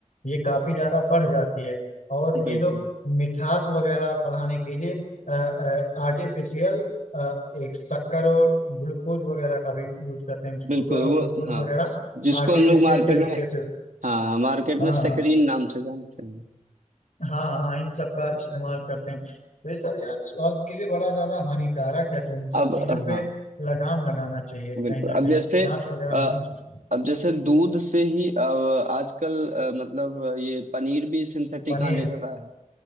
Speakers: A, on the left; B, on the right.
A: ये काफी ज्यादा बढ़ जाती है और
B: बिल्कुल
A: ये लोग मिठास वगैरह बढ़ाने के लिए आर्टिफिशियल अ, एक शक्कर और ग्लूकोज वगैरह का भी यूज करते हैं शुगर
B: बिल्कुल वो
A: और ग्लूकोज
B: हाँ
A: वगैरह
B: जिसको
A: आर्टिफिशियल
B: हम लोग मार्केट
A: तरीके
B: में
A: से
B: हाँ हाँ मार्केट
A: हाँ
B: में
A: हाँ
B: सेक्रीन नाम से जानते हैं
A: हाँ हाँ इन सब का इस्तेमाल करते हैं तो ये सब यार स्वास्थ्य के लिए बड़ा ज्यादा हानिकारक है तो इन सब
B: अब
A: चीजों पे
B: हाँ
A: लगाम लगाना चाहिए कहीं
B: बिल्कुल
A: ना कहीं
B: अब जैसे
A: जांच वगैरह
B: अ,
A: होनी चाहिए
B: अब जैसे दूध से ही अब आजकल अ, मतलब ये पनीर भी सिंथेटिक
A: पनीर
B: आने लगा